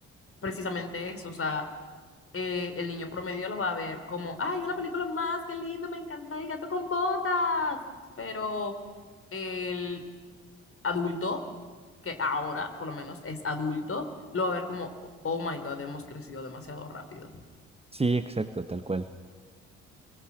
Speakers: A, on the left; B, on the right.
A: precisamente eso, o sea, eh, el niño promedio lo va a ver como, ¡ay, una película más, qué lindo, me encanta el gato con botas! Pero el adulto, que ahora por lo menos es adulto, lo va a ver como, oh my God, hemos crecido demasiado rápido.
B: Sí, exacto, tal cual.